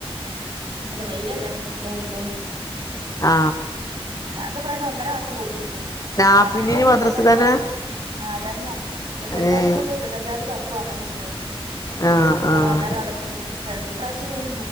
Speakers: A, on the right (about 55°); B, on the left (about 35°).
A: അല്ല മേയിലല്ല <unintelligible>
B: ആ
A: ഞങ്ങക് ഇപ്രാവശ്യം ഒന്നര മാസം പൂട്ടീന്നേ,
B: നാഫിനീന്
A: മറ്റേത് ഇരുപത്തഞ്ചാം
B: മദ്രസ തന്നെ
A: തി ആ അതന്നെ. ഇരുത്തഞ്ചാംതി
B: ഏഹ്
A: പൂട്ടിയ ഇരുത്തഞ്ചാംതി തുറക്കും അങ്ങനെയ ചെയ്യുന്നേ,
B: ആഹ്
A: ജമാത്താര
B: ആഹ്
A: അദർച്ച ഇപ്രാവശ്യം